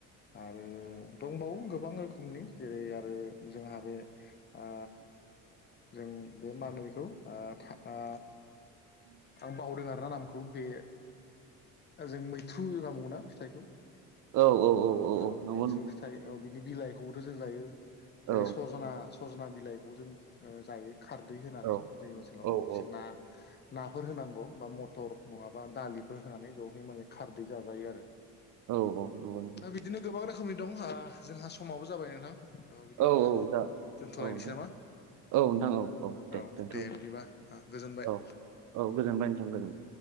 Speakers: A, on the left; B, on the right.
A: आरो दंबावो गोबां रोखोमनि जेरै आरो जोंहा बे आ जों बे मा होनो बेखौ आ था आ आं बावदों आरो ना नामखौ बे जों मैथ्रु होननाबुंङो ना फिथयखौ
B: औ औ
A: औ
B: नंगौ
A: मैथ्रु
B: नंगौ
A: थाइ औ बिनि बिलाइखौबोथ' जों जायो
B: औ
A: ओरै सजना सजना बिलाइ बेखौ जों ओ जायो खारदै होनानै
B: औ
A: जोंनि ओनसोलाव
B: औ
A: अबसे
B: औ
A: ना नाफोर होनांगौ बा मटर नंङाबा दालिफोर होनानै ज'है माने खारदै जाजायो आरो।
B: औ औ नंगौ नंगौ
A: दा बिदिनो गोबां रोखोमनि दं ओ जोंहा समाबो जाबाय नोंथां द बिदिबा
B: औ जा
A: दोनथ'लायनोसै
B: औ नोंथां
A: नामा
B: औ नोंथां औ
A: औ
B: दोनथ'
A: दे बिदिबा ओ गोजोनबाय।
B: औ औ गोजोनबाय नोथां गोजोनबाय।